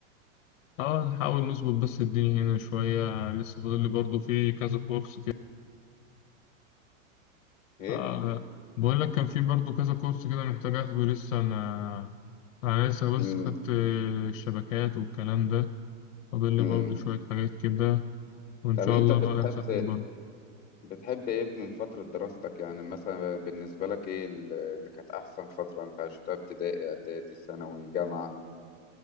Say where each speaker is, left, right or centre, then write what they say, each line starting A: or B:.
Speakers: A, on the left; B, on the left.
A: اه نحاول نظبط بس الدنيا هنا شوية لسه فاضل لي برضه في كذا كورس كده
B: ايه
A: آه بقول لك كان في برضه كذا كورس كده محتاج اخده لسه ما انا لسه بس
B: امم
A: خدت آه، الشبكات والكلام ده فاضل لي
B: امم
A: برضه شوية حاجات كده وان
B: طب
A: شاء
B: انت
A: الله
B: بتحب
A: بقى نسافر برضه
B: بتحب ايه من فترة دراستك يعني مثلا بالنسبة لك ايه ال- اللي كانت احسن فترة انت عشتها ابتدائي اعدادي ثانوي جامعة